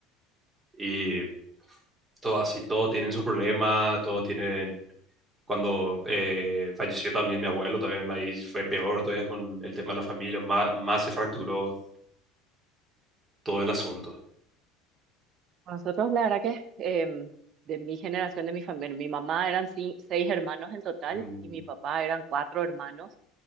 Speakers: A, on the right; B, on the right.
A: Y todo así, todo tienen su problema, todos tienen... Cuando eh, falleció también mi abuelo, también ahí fue peor todavía con el tema de la familia, más, más se fracturó todo el asunto.
B: Nosotros, la verdad que em, de mi generación, de mi familia, mi mamá eran ci- seis hermanos en total
A: Mm,
B: y mi papá eran cuatro hermanos.